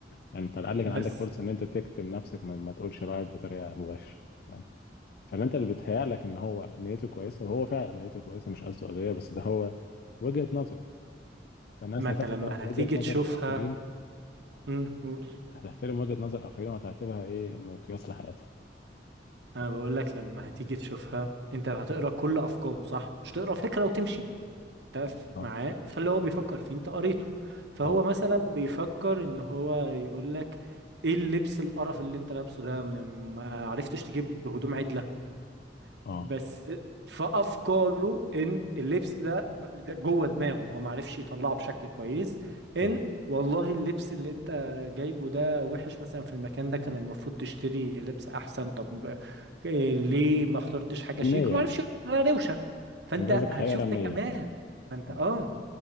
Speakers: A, on the left; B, on the right.
A: يعني انت على الاقل كان
B: بس
A: عندك فرصه ان انت تكتم نفسك ما, ما تقولش رايك بطريقه مباشره تمام فاللي انت اللي بيتهيأ لك ان هو نيته كويسه وهو فعلا نيته كويسه مش قصده قضيه بس ده هو وجهة نظره فالناس
B: ما انت
A: هتاخد
B: لما
A: بقى وجهة
B: هتيجي
A: نظر
B: تشوفها
A: الاخرين
B: مم. قول
A: هتحترم وجهة نظر الاخرين وهتعتبرها ايه مقياس لحياتها
B: انا بقول لك لما هتيجي تشوفها انت هتقرا كل افكاره صح مش تقرا فكرة وتمشي تف
A: اه
B: معاه فاللي هو بيفكر فيه انت قريته فهو
A: اه
B: مثلا بيفكر ان هو يقول لك ايه اللبس القرف اللي انت لابسه ده م- ما عرفتش تجيب هدوم عدله
A: اه
B: بس فافكاره ان اللبس ده ده جوه دماغه هو ما عرفش يطلعه بشكل كويس
A: مم.
B: ان والله اللبس اللي انت جايبه ده وحش مثلا في المكان ده كان المفروض تشتري لبس احسن طب إيه ليه ما اخترتش حاجه
A: النية
B: شيك وما
A: يعني
B: عرفش يقول لها روشه فانت
A: انت قصدك هيقرا
B: هتشوف
A: النية
B: ده كمان فانت
A: اه
B: اه